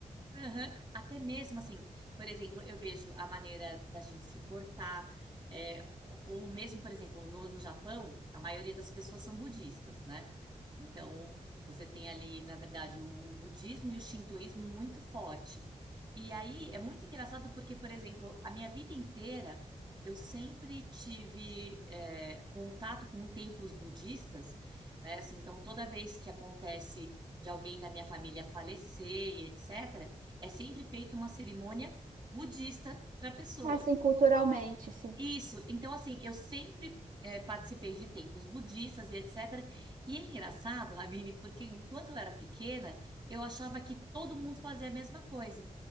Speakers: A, on the right; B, on the right.
A: Aham. Até mesmo assim, por exemplo, eu vejo a maneira da gente se portar, é, ou, ou mesmo, por exemplo, no, no Japão, a maioria das pessoas são budistas, né? Então, você tem ali, na verdade, o, o budismo e o shintoísmo muito forte. E aí é muito engraçado porque, por exemplo, a minha vida inteira eu sempre tive é, contato com templos budistas, né? Assim, então, toda vez que acontece de alguém da minha família falecer e etc. É sempre feita uma cerimônia budista para a pessoa.
B: Assim, culturalmente, sim.
A: Isso, então assim, eu sempre eh, participei de templos budistas e etc. E é engraçado, Ravine, porque enquanto eu era pequena, eu achava que todo mundo fazia a mesma coisa.